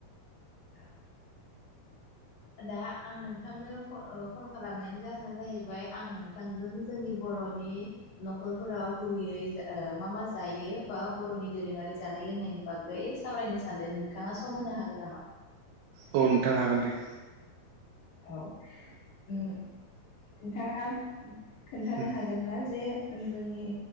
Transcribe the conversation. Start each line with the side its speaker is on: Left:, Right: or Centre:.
Left: औ दा आं नोंथांनो फन ओ फन खालामनायनि जाहोना जाहैबाय आं नोंथांजों जोंनि बर'नि न'खरफोराव गुबैयै मा मा जायो बा बर'नि दोरोङारि जानाय लोंनायनि बागै सावरायनो सानदों नोंथाङा सम होनो हागोन नामा?
Right: औ नोंथां हागोन दे
Left: औ उम नोंथाङा खोन्थानो
Right: उम
Left: हागोन ना जे जोंनि